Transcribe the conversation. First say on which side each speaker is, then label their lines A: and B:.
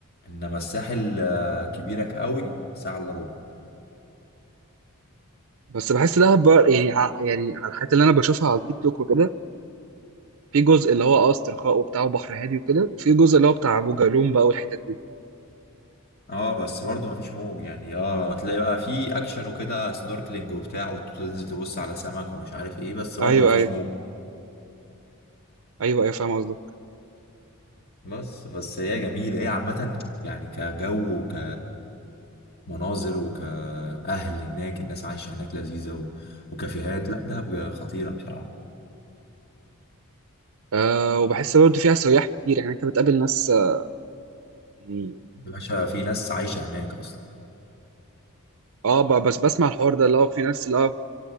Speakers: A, on the left; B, on the right.
A: انما الساحل آه، كبيرك قوي ساعة الا ربع
B: بس بحس دهب بقى يعني ع- يعني على الحاجات اللي انا بشوفها على التيك توك وكده في جزء اللي هو اه استرخاء وبتاع وبحر هادي وكده وفي جزء اللي هو بتاع ابو جالوم بقى والحتت دي
A: اه بس برضو ما فيش موج يعني اه تلاقي بقى في اكشن وكده سنوركلينج وبتاع وتنزل تبص على سمك ومش عارف ايه بس
B: ايوه
A: برضو ما فيش
B: ايوه
A: موج
B: ايوه ايوه فاهم قصدك
A: بس بس هي جميلة هي عامة يعني كجو وك مناظر وكأهل هناك الناس عايشة هناك لذيذة و... وكافيهات لا دهب خطيرة بصراحة
B: آه وبحس برضه فيها سياح كتير يعني انت بتقابل ناس آه، يعني
A: يا باشا في ناس عايشة هناك أصلا
B: اه ب- بس بسمع الحوار ده اللي هو في ناس اللي هو